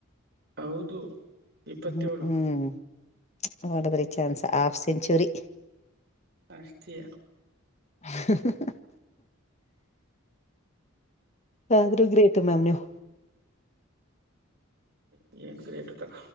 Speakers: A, on the right (about 50°); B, on the left (about 35°).
A: ಹೌದು ಇಪ್ಪತ್ತೇಳು
B: ಹ್ಮ ನಡದ್ರಿ ಚಾನ್ಸ್ ಹಾಫ್ ಸೆಂಚುರಿ
A: ಅಷ್ಟತಿ
B: ಹ ಹ ಆದ್ರೂ ಗ್ರೇಟ್ ಮ್ಯಾಮ್ ನೀವು
A: ಪ ಎ ಗ್ರೇಟ್ ತ